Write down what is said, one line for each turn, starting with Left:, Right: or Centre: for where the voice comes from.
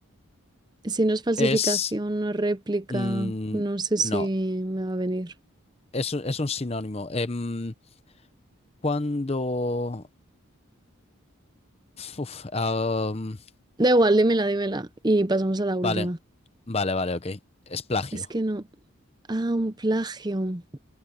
Right: Si no es falsificación,
Left: Es
Right: no es réplica,
Left: mm,
Right: no sé
Left: no,
Right: si me va a venir.
Left: es, un- es un sinónimo. Em, Cuando... Uf, am,
Right: Da igual, dímela, dímela. Y pasamos a la última.
Left: vale, vale, vale, ok. Es plagio.
Right: Es que no. Ah, un plagio.